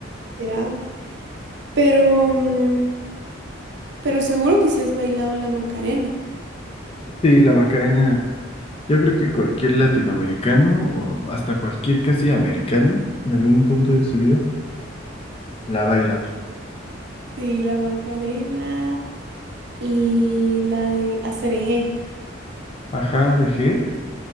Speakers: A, on the right; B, on the left.
A: era. Pero, mm, pero seguro que sí has bailado la Macarena.
B: sí, la Macarena. Yo creo que cualquier latinoamericano o hasta cualquier casi americano en algún punto de su vida la ha bailado.
A: Sí, la Macarena y la de Acerejé.
B: Ajá, dejé.